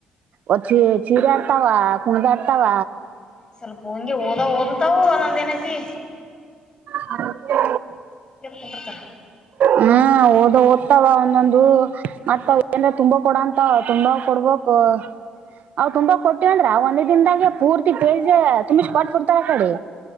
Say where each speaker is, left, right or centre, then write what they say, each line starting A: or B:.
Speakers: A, on the right; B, on the left.
A: ಒ ಚಿ ಚೀರ ಆಡ್ತಾವ ಕುಣದ ಆಡ್ತಾವ
B: ಸ್ವಲ್ಪ ಹಂಗೆ ಓದ ಓದತಾವ ಒ ನೊಂದ ಏನಐತಿ
A: ಹಾಗ
B: ಕುಂದಿರ್ತಾರ
A: ಹ್ಮ ಓದ ಓದ್ತಲ್ಲ ಒಂದೊಂದು ಮತ್ತ ಏನ್ ತುಂಬಾ ಕೊಡಂತ ತುಂಬಾ ಕೊಡ್ಬಕ್ ಅವ್ ತುಂಬಾ ಕೊಟ್ಟಿವಂದ್ರ ಒಂದೇ ದಿನದಾಗೆ ಪೂರ್ತಿ ಪೇಜ ತುಂಬಿ ಸ್ಪಾಟ್ ಕೊಡ್ತಾರ ಆ ಕಡೆ